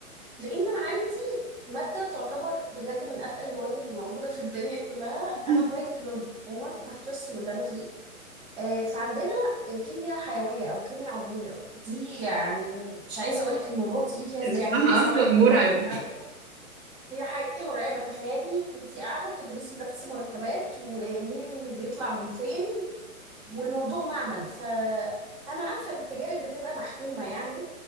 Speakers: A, in the centre; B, on the right.
A: لان انا عندي ماده تعتبر بجد من اتقل المواد اللي موجوده في الدنيا كلها
B: <laughs>
A: انا في بايوتكنولوجي عموما ده القسم اللي انا فيه آه، فعندنا آه، كيمياء حيويه او كيمياء عضويه دي يعني مش عايزه اقول لك الموضوع تقيل فيها ازاي
B: اسمها
A: يعني الاسبوعين
B: اصلا مرعب
A: اللي بقول لك عليهم هي حقيقي مرعبه تخيلي انت قاعده بتدرسي بس مركبات ومين بيطلع من فين والموضوع معمل فأنا عارفة إن التجارب بتبقى محكومة يعني